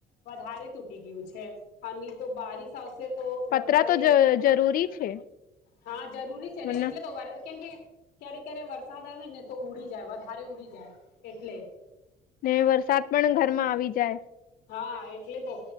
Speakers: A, on the left (about 75°); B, on the left (about 55°).
A: વધારે તૂટી ગયું છે આ તો બારીિશ આવશે તો વધારે
B: પતરા તો જ જરૂરી છે
A: હા જરૂરી છે ને
B: મને
A: એટલે તો કેમ કે ક્યારે ક્યારે વરસાદ આવે ને તો ઉડી જાય વધારે ઉડી જાય એટલે
B: ને વરસાદ પણ ઘરમાં આવી જ જાય
A: હા એટલે તો